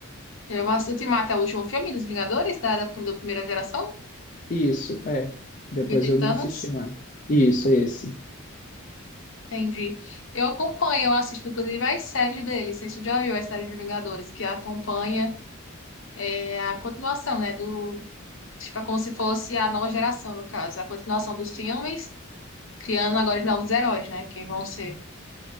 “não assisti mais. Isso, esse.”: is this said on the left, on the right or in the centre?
Left